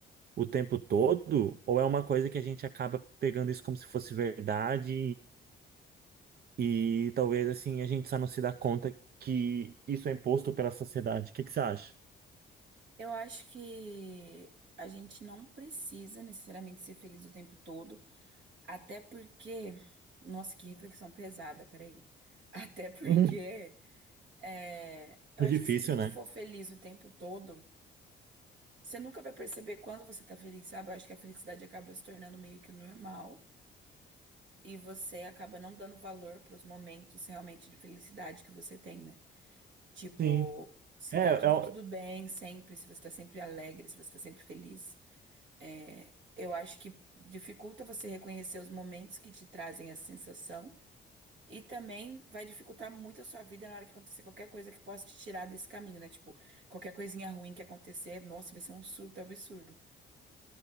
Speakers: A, on the right; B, on the right.
A: o tempo todo? Ou é uma coisa que a gente acaba pegando isso como se fosse verdade e talvez assim a gente só não se dá conta que isso é imposto pela sociedade. O que que você acha?
B: Eu acho que a gente não precisa necessariamente ser feliz o tempo todo, até porque. Nossa, que reflexão pesada, peraí. <laughs> Até porque
A: <laughs>
B: é, eu
A: É
B: acho
A: difícil,
B: que se a gente
A: né?
B: for feliz o tempo todo, você nunca vai perceber quando você tá feliz, sabe? Eu acho que a felicidade acaba se tornando meio que normal e você acaba não dando valor pros momentos realmente de felicidade que você tem, né? Tipo,
A: Sim.
B: se
A: É,
B: tá tudo
A: é, o-
B: tudo bem sempre, se você tá sempre alegre, se você tá sempre feliz, é, eu acho que dificulta você reconhecer os momentos que te trazem essa sensação e também vai dificultar muito a sua vida na hora que acontecer qualquer coisa que possa te tirar desse caminho, né? Tipo, qualquer coisinha ruim que acontecer, nossa, vai ser um surto absurdo.